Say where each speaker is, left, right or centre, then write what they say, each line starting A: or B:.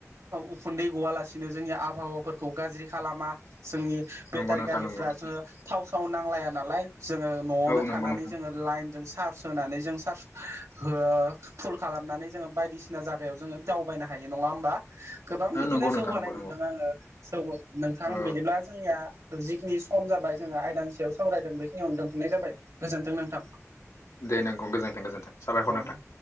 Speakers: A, on the right; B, on the left.
A: उखुन्दै गवालासिनो जोंनि आबहावाफोरखौ गाज्रि खालामा जोंनि बेटारि
B: नंगौ नोंथां
A: गारिफ्रा
B: नंगौ नोंथां
A: थाव साव नांलाया नालाय जोङो नआवनो
B: औ नंगौ
A: थानानै
B: नोंथां
A: जोङो लाइनजों सार्ज होनानै जों सार्स हो फुल खालामनानै जोङो बायदिसिना जागायाव जोङो दावबायनो हायो नङा होमबा? गोबां
B: नंगौ
A: बिदिनो जौगानाय
B: नोंथां नंगौ
A: नुदों
B: नंगौ
A: आङो जोबोत नोंथां
B: औ
A: बिदिब्ला जोंनिया जिखिनि सम जाबाय जोङो आयदानि सायाव सावरायदों बेखिनियावनो दोनथनाय जाबाय गोजोनथों नोंथां
B: दे नोंगौ गोजोनथों गोजोन्थों साबायखर
A: अ
B: नोंथां